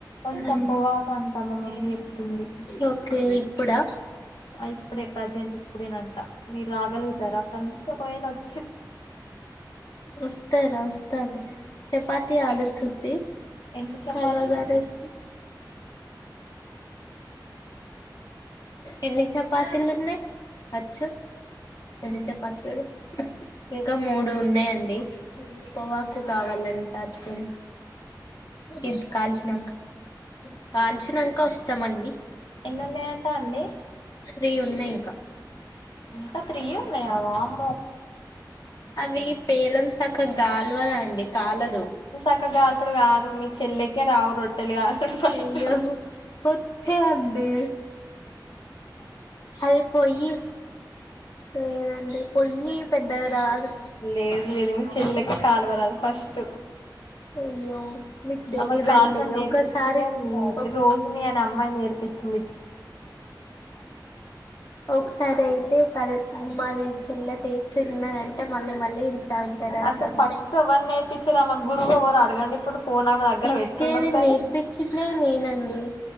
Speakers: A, on the left (about 85°); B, on the left (about 55°).
A: కొంచెం
B: ఉమ్
A: పొవా కంట మామమ్మి చెప్తుంది
B: ఓకే ఇప్పుడా
A: అ ఇప్పుడే ప్రజెంట్ ఇప్పుడేనంట మీర్ రాగలుగుతార అక్కడ నుంచి ఒకవేళ వ
B: ఒస్తరా వొస్తాది చపాతి కాలుస్తుంది
A: ఎన్ని చపాతీలు
B: కాలువగాడేస్తూ
A: ఉన్నయ్ మేడం
B: ఎన్ని చపాతిలు ఉన్నాయ్ అచ్చు ఎన్ని చపాతీలైనయ్ ఇంక మూడు ఉన్నాయండి పొవాకు కావాలన్ ఆటికి ఇది కాల్చినంక కాల్చినంక ఒస్తమండి
A: ఎన్ని ఉన్నాయంట అండి
B: త్రీ ఉన్నయ్ ఇంకా
A: ఇంక త్రీ ఉన్నయా వామ్
B: అవి పేలం సక్కగాల్వద్ అండి కాలదు
A: సక్కగాల్చుడు కాదు మి చెల్లెకే రావు రొ ట్టెలు కాల్చుడు ఫస్టు
B: అయ్యో ఒత్తే అండి అది పొయ్యి లేదండి పొయ్యి పెద్దగ రాదు
A: లేదు లేదు మీ చెల్లెకె కాలువరాదు ఫస్ట్
B: అయ్యో మీకు తెలీదండి
A: ఆమెకి కాల్చుడ్ నేర్పిచిందె
B: ఒకసారి
A: నే
B: ఒక్స్
A: రోజు నేన్ అమ్మాయ్ నేర్పి చింది
B: ఒకసారి ఐతే కదు మాది చెల్లె టేస్ట్ తిన్నారంటే మళ్ళీ మళ్ళీ తాగుతారు అట్ల
A: అసలు ఫస్ట్
B: ఉంటయ్
A: ఎవరు నేర్పించిరు ఆమె గురువు ఎవరు అడగండి ఇప్పుడు ఫోన్ ఆమె దగ్గర
B: పిస్కేది
A: పెట్టుండి ఒకసారి
B: నేర్పిచ్చిందే నేనండి